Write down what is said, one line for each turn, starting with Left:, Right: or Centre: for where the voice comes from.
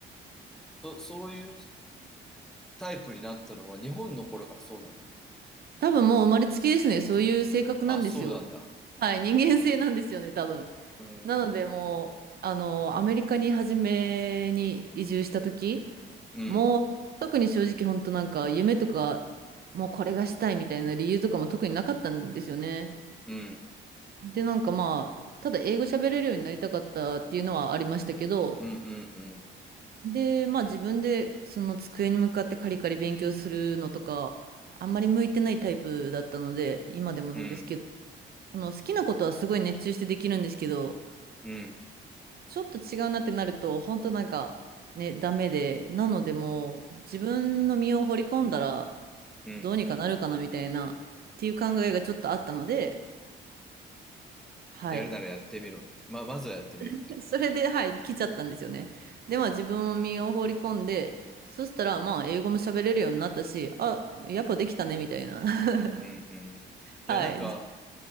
Centre: そ、そういうタイプになったのは日本の頃からそうなの。
Right: 多分もう生まれつきですね、そういう性格なんですよ。
Centre: あ、そうなんだ。
Right: はい、人間性なんですよね、多分。
Centre: うーん。
Right: なので、もう、あの、アメリカに初めに移住した時
Centre: うん。
Right: もう、特に正直、本当なんか、夢とか、もうこれがしたいみたいな理由とかも特になかったんですよね。
Centre: うん。
Right: で、なんかまあ、ただ英語喋れるようになりたかったっていうのはありましたけど、
Centre: うん。うん。
Right: で、まあ自分でその机に向かってカリカリ勉強するのとか、あんまり向いてないタイプだったので、今でもなんですけど、
Centre: うん。
Right: その好きなことはすごい熱中してできるんですけど、
Centre: うん。
Right: ちょっと違うなってなると、本当なんかね、ダメで、なのでもう自分の身を掘り込んだら
Centre: うん。
Right: どうにかなるかなみたいなっていう考えがちょっとあったので、はい。
Centre: やるならやってみろ。ま、まずはやってみろって感じ。
Right: <laughs> それで、はい、来ちゃったんですよね。で、まあ自分を身を放り込んで、そしたら、まあ英語も喋れるようになったし、あ、やっぱできたね、
Centre: うん。
Right: みたいな。
Centre: うん。
Right: <laughs>
Centre: うん。いや、
Right: はい。
Centre: なんか、